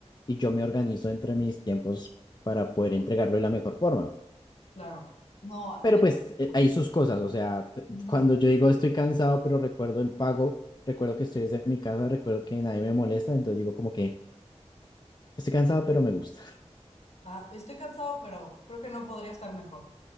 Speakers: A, on the left; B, on the left.
A: y yo me organizo entre mis tiempos para poder entregarlo de la mejor forma.
B: claro. No,
A: Pero
B: mira,
A: pues eh,
B: ajá,
A: hay sus cosas, o sea, eh,
B: ujú.
A: cuando yo digo estoy cansado, pero recuerdo el pago, recuerdo que estoy desde mi casa, recuerdo que nadie me molesta, entonces digo como que estoy cansado, pero me gusta.
B: Ah, estoy cansado, pero creo que no podría estar mejor.